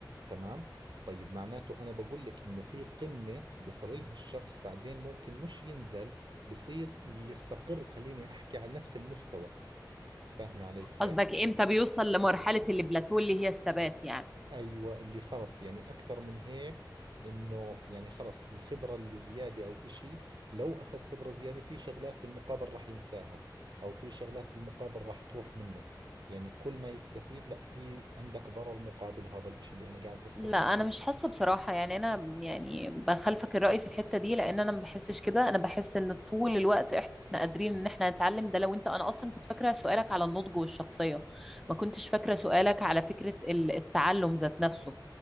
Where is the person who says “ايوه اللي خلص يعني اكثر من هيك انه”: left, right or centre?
Right